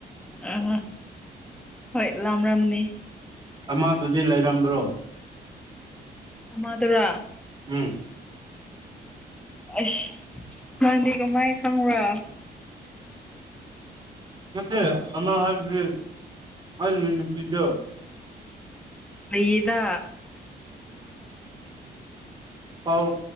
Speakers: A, in the centre; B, on the right.
A: ꯑꯥ ꯍꯣꯏ ꯂꯝꯔꯝꯅꯤ
B: ꯑꯃꯗꯨꯗꯤ ꯂꯩꯔꯝꯕ꯭ꯔꯣ
A: ꯑꯃꯗꯨꯔꯥ
B: ꯎꯝ
A: ꯑꯁ ꯅꯪꯗꯤ ꯀꯃꯥꯏꯅ ꯈꯪꯕ꯭ꯔꯣ
B: ꯅꯠꯇꯦ ꯑꯃ ꯍꯥꯏꯕꯗꯤ ꯑꯧꯒꯤ ꯅꯨꯄꯤꯗꯣ
A: ꯂꯩꯌꯦꯗ
B: ꯄꯥꯎ